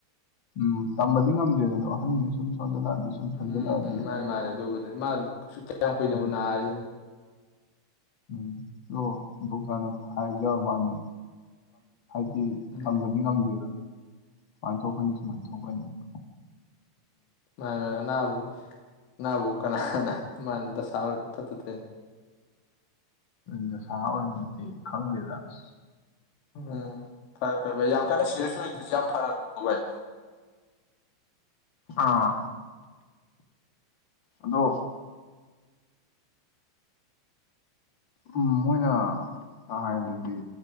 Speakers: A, on the left; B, on the left.
A: ꯎꯝ ꯇꯝꯕꯗꯤ ꯉꯝꯗꯦꯗ ꯑꯗꯣ ꯑꯍꯟꯅ ꯁꯨꯝ ꯁꯣꯟꯖꯜꯂꯛꯑꯗꯤ ꯁꯨꯝ
B: ꯎꯝ
A: ꯁꯣꯟꯖꯜꯂꯛꯑꯗꯤ
B: ꯃꯥꯅꯦ ꯃꯥꯅꯦ ꯑꯗꯨꯕꯨꯗꯤ ꯃꯥ ꯀꯁꯨ ꯀꯌꯥꯝ ꯀꯨꯏꯅꯕꯨ
A: ꯎꯝ
B: ꯅꯥꯔꯤꯅꯤ
A: ꯎꯝ ꯑꯣ ꯗꯣꯛꯇꯥꯔꯅ ꯍꯥꯏꯖ ꯃꯥꯅꯤ ꯁꯤ
B: ꯎꯝ
A: ꯇꯝꯕꯗꯤ ꯉꯝꯗꯦꯗ ꯁꯨꯃꯥꯏꯅ ꯊꯣꯛꯀꯅꯤ ꯁꯨꯃꯥꯏꯅ ꯊꯣꯛꯀꯅꯤꯗ
B: ꯃꯥ ꯃꯥ ꯑꯕꯨ ꯅꯥꯕꯨ ꯀꯅꯥꯅ ꯃꯥꯅꯗ ꯊ ꯇ
A: ꯑꯗꯨꯗ ꯁꯍ ꯑꯣꯏꯃꯗꯤ ꯈꯪꯗꯦꯗꯥꯁ
B: ꯎꯝ ꯐꯔꯦ ꯐꯔꯦ ꯌꯥꯝ ꯀꯟꯅ ꯁꯤꯔꯁꯨ ꯑꯣꯏꯗꯣꯏꯁꯦ ꯌꯥꯝ ꯐꯔꯕꯅꯤꯀꯣ ꯚꯥꯏ
A: ꯑꯥ ꯑꯗꯣ ꯎꯝ ꯃꯣꯏꯅ ꯍꯥꯏꯔꯗꯗꯤ